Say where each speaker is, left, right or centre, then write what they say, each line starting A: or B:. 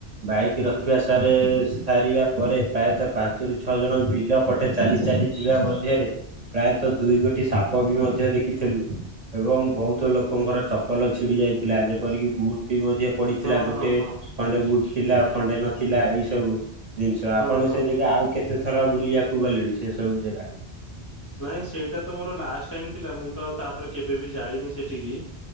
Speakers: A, on the right; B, on the left.
A: ବାଇକ୍ ରଖିବା
B: ହୁଁ
A: ସାରେ-ଏ-ଏ-ଏ ସାରିବା ପରେ ପ୍ରାୟତଃ ପାଞ୍ଚରୁ ଛଅ ଜଣ ବିଲ ପଟେ ଚାଲି ଚାଲି ଯିବା ମଧ୍ୟରେ ପ୍ରାୟତଃ ଦୁଇ ଗୋଟି ସାପ ବି ମଧ୍ୟ ଦେଖି ଥିଲୁ ଏବଂ ବହୁତ ଲୋକଙ୍କର ଚପଲ ଛିଡି ଯାଇଥିଲା ଯେପରିକି ବୁଟ୍ ବି ମଧ୍ୟ ପଡିଥିଲା
B: ହଁ
A: ଗୋଟେ
B: ହଁ ହଁ
A: ଖଣ୍ଡେ ବୁଟ ଥିଲା ଖଣ୍ଡେ ନଥିଲା ଏଇ ସବୁ ଜିନିଷ ଆପଣ
B: ହଁ ହଁ
A: ସେ
B: ହଁ।
A: ଯେ କି ଆଉ କେତେଥର ବୁଲିଆକୁ ଗଲେଣି ସେ ସବୁ ଜଗା?
B: ନାଇଁ ସେଇଟା ତ ମୋର ଲାଷ୍ଟ ଟାଇମ ଥିଲା ମୁଁ ତ ଆଉ ତାପରେ କେବେ ବି ଯାଇନି ସେଠିକି।